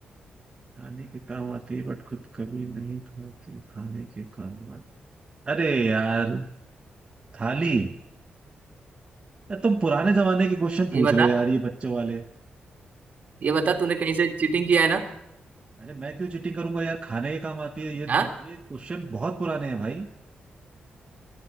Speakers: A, on the right; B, on the right.
A: खाने के काम आती है बट खुद कभी नहीं खाती खाने के काम आती अरे यार थाली यार तुम पुराने जमाने के क्वेश्चन
B: ये
A: पूछ
B: बता
A: रहे हो यार ये बच्चों वाले
B: ये बता तूने कहीं से चीटिंग किया है ना
A: अरे मैं क्यों चिटिंग करूंगा यार खाने के काम आती है ये
B: हाँ
A: ये क्वेश्चन बहुत पुराने हैं भाई